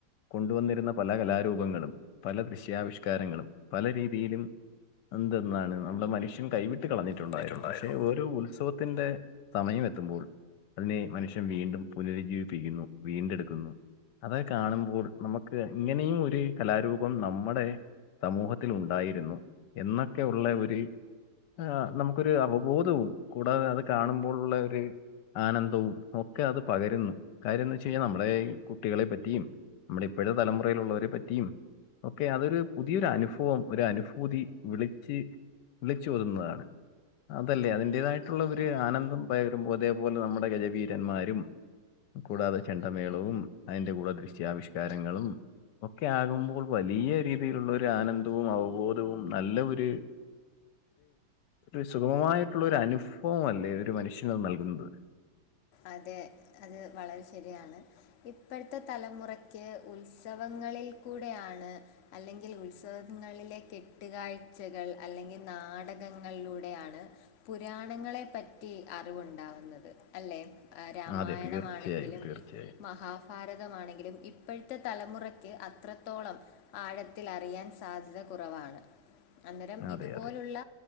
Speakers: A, on the left (about 80°); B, on the left (about 65°).
A: കൊണ്ടുവന്നിരുന്ന പല കലാരൂപങ്ങളും പല ദൃശ്യാവിഷ്കാരങ്ങളും പല രീതിയിലും എന്തെന്നാണ് നമ്മുടെ മനുഷ്യൻ കൈവിട്ട് കളഞ്ഞിട്ടുണ്ടായിരുന്നു
B: പറഞ്ഞിട്ടുണ്ടായിരുന്നു
A: പക്ഷെ ഓരോ ഉത്സവത്തിന്റെ സമയം എത്തുമ്പോൾ അതിനെ മനുഷ്യൻ വീണ്ടും പുനരുജ്ജീവിപ്പിക്കുന്നു വീണ്ടെടുക്കുന്നു അത് കാണുമ്പോൾ നമുക്ക് ഇങ്ങനെയും ഒരു കലാരൂപം പ്പം നമ്മുടെ സമൂഹത്തിൽ ഉണ്ടായിരുന്നു എന്നൊക്കെ ഉള്ള ഒരു ആ നമുക്കൊരു അവബോധവും കൂടാതെ അത് കാണുമ്പോളുള്ള ഒരു ആനന്ദവും ഒക്കെ അത് പകരുന്നു കാര്യംന്ന് വെച്ചാൽ കഴിഞ്ഞാൽ നമ്മടെ ഈ കുട്ടികളെ പറ്റിയും നമ്മള ഇപ്പോഴത്തെ തലമുറയിലുള്ളള്ളവരെ പറ്റി യും ഒക്കെ അതൊരു പുതിയൊരു അനുഭവം ഒരു അനുഭൂതി വിളിച്ച് വിളിച്ചോതുന്നതാണ് അതല്ലേ അതിന്റേതായിട്ടുള്ള ഒരു ആനന്ദം പകരുമ്പോ അതേപോലെ നമ്മുടെ ഗജവീരന്മാരും കൂടാതെ ചെണ്ടമേളവും അതിന്റെ കൂടെ ദൃശ്യാവിഷ്കാരങ്ങളും ഒക്കെ ആകുമ്പോൾ വലിയ രീതിയിലുള്ള ഒരു ആനന്ദവും അവബോധവും നല്ല ഒരു ഒരു സുഗമമായിട്ടുള്ള ഒരു അനുഭവം അല്ലേ ഒരു മനുഷ്യന് നൽകുന്നത്
B: അതെ അത് വളരെ ശരിയാണ് ഇപ്പോഴത്തെ തലമുറയ്ക്ക് ഉത്സവങ്ങളിൽ കൂടെയാണ് അല്ലെങ്കിൽ ഉത്സവങ്ങളിലെ കെട്ടുകാഴ്ചകൾ അല്ലെങ്കിൽ നാടകങ്ങളിലൂടെയാണ് പുരാണങ്ങളെ പറ്റി അറിവുണ്ടാവുന്നത് അല്ലെ രാമായണമാണെങ്കിലും
A: അതെ തീർച്ചയായും തീർച്ചയായും.
B: മഹാ ഭാരതമാണെങ്കിലും ഇപ്പോഴത്തെ തലമുറയ്ക്ക് അത്രത്തോളം ആഴത്തിൽ അറിയാൻ സാധ്യത കുറവാണ് അന്നേരം
A: അതെ
B: ഇതുപോലുള്ള
A: അതെ.